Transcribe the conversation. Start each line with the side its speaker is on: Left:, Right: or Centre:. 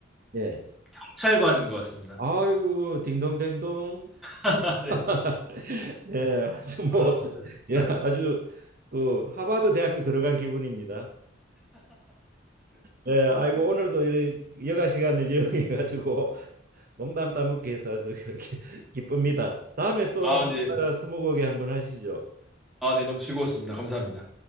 Right: 예.
Centre: 경찰관인 것 같습니다.
Right: 아유, 딩동댕동.
Centre: <laughs> 아, 네.
Right: <laughs> 네, 아주 뭐,
Centre: 아, 습니
Right: 예, 아주 그 하버드 대학교 들어간 기분입니다. 네, 아이고 오늘도 이래 여가 시간을 이용해 가지고 농담 따먹기 해서 아주 <laughs> 기- 기쁩니다. 다음에 또
Centre: 다
Right: 한번
Centre: 아, 네.
Right: 나가 스무고개 한번 하시죠.
Centre: 아, 네. 너무 즐거웠습니다. 감사합니다.